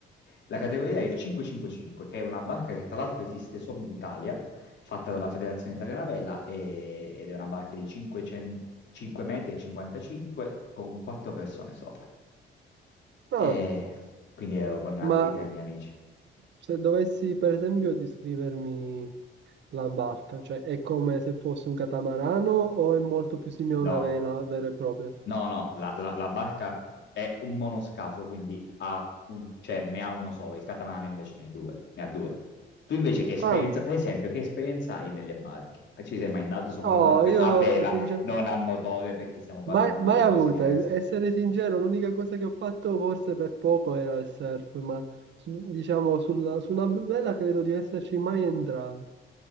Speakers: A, on the left (about 65°); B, on the right (about 65°).
A: la categoria è il 555, che è una barca che tra l'altro esiste solo in Italia fatta dalla Federazione Italiana Vela e- ed è una barca di 500 5 metri e 55 con quattro persone sopra. E
B: Ah,
A: quindi ero con altri
B: ma
A: tre miei amici.
B: se dovessi, per esempio, descrivermi... la barca, cioè è come se fosse un catamarano o è molto più simile a
A: No,
B: una vela vera e propria?
A: no, no, la, la- la barca è un monoscafo, quindi ha un- cioè, ne ha uno solo, il catamarano invece ne ha due, ne ha due. Tu invece che esperienza,
B: Ah,
A: per esempio, che esperienza hai nelle barche? Ah, Ci sei mai andato sopra
B: no,
A: una barca
B: io
A: a vela,
B: sincer-
A: non a motore, perché stiamo parlando
B: mai, mai
A: di due
B: avuta,
A: cose diverse?
B: e- essere sincero, l'unica cosa che ho fatto forse per poco era il surf, ma su- diciamo sulla- su una vela credo di esserci mai entrato.